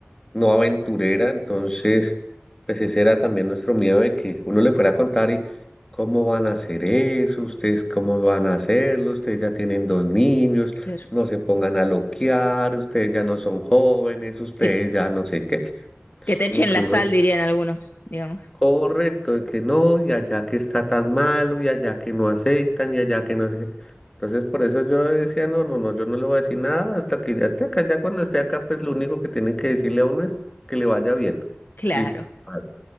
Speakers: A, on the left; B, on the left.
A: no aventurera, entonces, pues ese era también nuestro miedo de que uno le fuera a contar y cómo van a hacer eso, ustedes cómo van a hacerlo, ustedes ya tienen dos niños,
B: Claro.
A: no se pongan a loquear, ustedes ya no son jóvenes, ustedes
B: Que,
A: ya no sé qué. Entonces,
B: que te
A: como
B: echen
A: que
B: la
A: uno
B: sal, dirían algunos, digamos.
A: Correcto, de que no, y allá que está tan malo, y allá que no aceptan, y allá que no sé qué. Entonces, por eso yo decía, no, no, no, yo no le voy a decir nada hasta que ya esté acá. Ya cuando esté acá, pues lo único que tienen que decirle a uno es que le vaya bien.
B: Claro.
A: Listo. Vale.